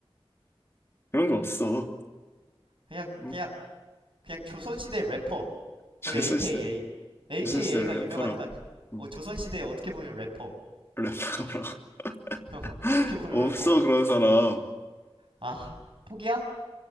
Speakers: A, on the left; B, on the right.
A: 그런 거 없어.
B: 그냥
A: 응?
B: 그냥 그냥 조선시대 래퍼
A: 조선시대,
B: 거의 AKA AKA가
A: 조선시대를 래퍼라고?
B: 유명하니까
A: 어,
B: 어 조선시대 어떻게 보면 래퍼
A: 래퍼라고.
B: <laughs> 어,
A: <laughs>
B: 어떻게 보면
A: 없어,
B: 래퍼
A: 그런 사람.
B: 아 포기야?